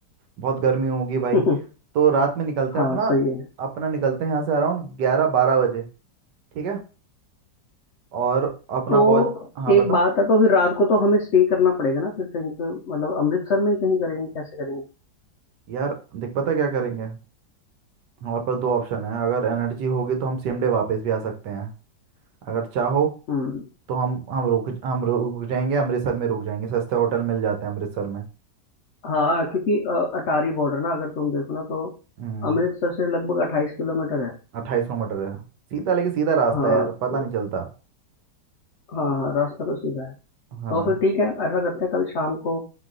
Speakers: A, on the right (about 75°); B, on the left (about 80°).
A: बहुत गर्मी होगी भाई
B: <laughs>
A: तो रात में निकलते
B: हाँ
A: हैं अपना
B: सही है
A: अपना निकलते हैं यहाँ से अराउंड ग्यारह बारह बजे ठीक है और अपना
B: तो
A: पहुँच हाँ बता
B: एक बात है तो फिर रात को तो हमें स्टे करना पड़ेगा ना फिर कहीं पे मतलब अमृतसर में ही कहीं करेंगे कैसे करेंगे
A: यार देख पता क्या करेंगे हमारे पास दो ऑप्शन है अगर एनर्जी होगी तो हम सेम डे वापस भी आ सकते हैं अगर चाहो
B: हम्म
A: तो हम हम रुक हम रुक जाएंगे अमृतसर में रुक जाएंगे सस्ते होटल मिल जाते हैं अमृतसर में
B: हाँ क्योंकि अ, अटारी बॉर्डर ना अगर तुम देखो ना तो
A: हम्म
B: अमृतसर से लगभग अट्ठाईस किलोमीटर है
A: अट्ठाईस किलोमीटर है सीधा लेकिन सीधा रास्ता
B: हाँ
A: है यार पता
B: तो
A: नहीं चलता
B: हाँ हाँ रास्ता तो सीधा है
A: हाँ
B: तो फिर ठीक है ऐसा करते हैं कल शाम को